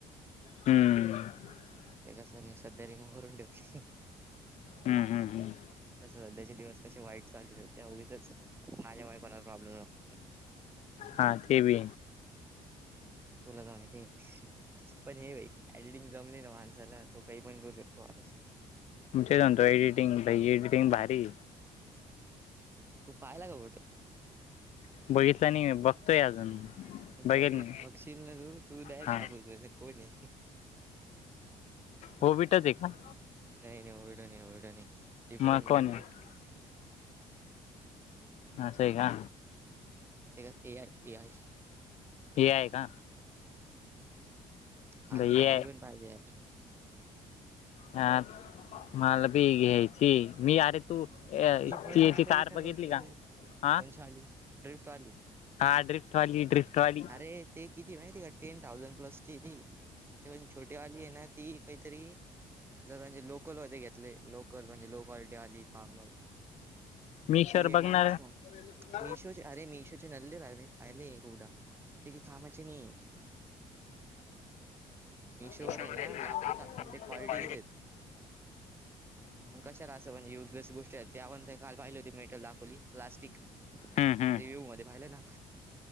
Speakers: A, on the left; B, on the right.
A: हम्म
B: ते कसं मी सध्या रेमोव्ह भरून ठेवले
A: हम् हम् हम
B: कसं सध्याचे दिवस कसे वाईट चालली स त्यागीच माझ्यामुळे कोणाला प्रॉब्लेम नो
A: हा ते भी
B: तुला जा ते पण हे बाईडिटिंग जमली ना माणसाला तो काही पण करू शकतो माणस
A: तणच्या सांतो एडिटींग भा एडिटींग भारी
B: तू पाहिला का बोट
A: बघितलं आणि बघतोय अजून बघेल
B: बघ
A: मी
B: बघशील तू तू दडश
A: हा
B: शकू कोणी
A: हो भेटत आहे का
B: नाही नाही ओवडं नाही ढं नाही डिफरंट
A: मग कोण
B: कोणतरी
A: आहे असं आहे का
B: एआ एआय
A: ए आय का
B: मला
A: एय
B: ती गाडी पण पाहिजे यार.
A: हा मला बी घ्यायची मी अर तू याची
B: मी पहिले आता
A: कार
B: विचार
A: बघितली
B: करतोय
A: का
B: ते
A: हा
B: कोणची आली ड्रिफ्ट आली
A: हा ड्रिफ्ट वाली ड्रिफ्ट वली
B: अरे ते किती म्हहि त का टेन थाउजंड प्लसची ती ते पण छोटी आली आहे ना ती काहीतरी जर म्हणजे लोकल होते घेतले लोकल म्हणजे लो क्वालिटी आली नॉर्मल
A: मीशर
B: ती आहे
A: बघणार
B: ना स-
A: <unintelligible>
B: मिशोचे अरे मिशोचे नल्ले राहिले मी पाहिले खूपदा ते की कामाचे नाही मिशोवर
A: उशावर आहे ना
B: दाखवता पण ते क्वालिटी
A: पा
B: नाही देत मग कशालां म्हणज युज गोष्टी त्या आपण काल पाहिली हो मेटरल दाखवली प्लास्टिक रिव्ह्यू
A: हम्म हम्म
B: मध्ये पाहिलं ना